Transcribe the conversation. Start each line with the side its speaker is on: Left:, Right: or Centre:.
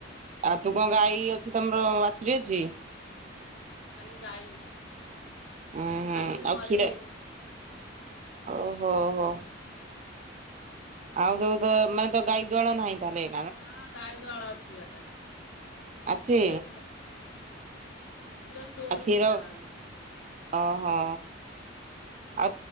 Right: ଆଉ ତୁ କଣ ଗାଈ ଅଛି ତମର ବାଛୁରୀ ଅଛି।
Left: ଖାଲି ଗାଈ।
Right: ଉୁଁ ହୁଁ
Left: ବାଛୁରୀ
Right: ଆଉ
Left: ମରି
Right: କ୍ଷୀର
Left: ଯାଇଛି
Right: ଓହୋ ହୋ ଆଉ ଯୋଉ ତ ମାନେ ତ ଗାଈ ଦୁଆଳ ନାହିଁ ତାହଲେ-
Left: ହଁ ଗାଈ ଦୁଆଳ ଅଛି ବା
Right: ଅଛି
Left: ଦିଏ ହେଇସ ହୁଁ ହିରା ଷ୍ଟୋରକୁ
Right: ଆଉ କ୍ଷୀର
Left: ଦିଆ <unintelligible>
Right: ଓହୋ ଆଉ